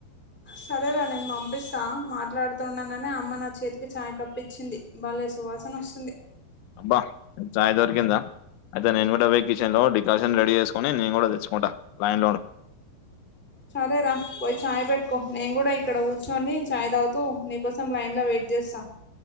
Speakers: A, in the centre; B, on the left.
A: సరేరా నేను పంపిస్తా మాట్లాడుతుండగానే అమ్మ నా చేతికి చాయ్ కప్పు ఇచ్చింది వాళ్లే సువాసన వస్తుంది
B: అబ్బా చాయ్ దొరికిిందా అయితే నేను కూడా పో కిచెన్ లో డికాషన్ రెడీ చేసుకొని నేను కూడా తెచ్చుకుంటా ైన్ లో ఉండు
A: సరేరా పోయి ాయ్ పెట్టుకో నేను కూడా ఇక్కడ కూర్చొని చాయ్ తాగుతూ నీకోసం లైన్ లో వెట్ చేస్తా